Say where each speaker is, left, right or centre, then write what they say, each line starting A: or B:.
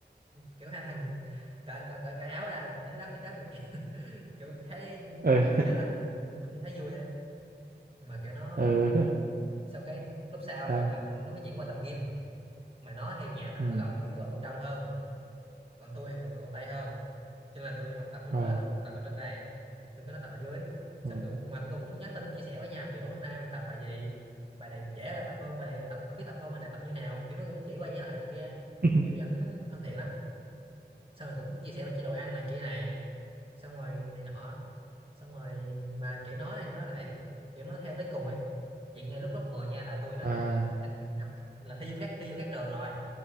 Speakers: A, on the right; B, on the right.
A: kiểu hai thằng cởi cởi cởi, cởi áo ra hít đất hít đất này kia <laughs> kiểu thấy
B: ờ <laughs>
A: kiểu nhớ lại cũng thấy vui á mà kiểu nó
B: ờ
A: xong cái lúc sau là
B: sao
A: đợt nó mới chuyển qua tập gym mà nó thì nhà nó
B: ừ
A: ở gần với gò Công Đông hơn còn tôi thì gần gần con tay hơn cho nên là tôi không tập trung
B: ờ
A: với nó được tôi tập ở trên đây xong cái nó tập ở dưới
B: ờ
A: xong tôi cũng mà tụi tôi cũng nhắn tin chia sẻ với nhau kiểu hôm nay ông tập bài gì bài này dễ tập không bài này ông tập không biết tập không bài này tập như nào kiểu nó vẫn chỉ qua chỉ lại bài kia
B: <laughs>
A: kiểu vẫn thân thiện lắm xong rồi cũng chia sẻ về chế độ ăn này kia này xong rồi này nọ xong rồi mà kiểu nói thì nói lại kiểu nó theo tới cùng ấy chuyện như lúc lớp 10 nha là tôi nó
B: à
A: gọi là đặt học là thi vô khác thi vô khác trường rồi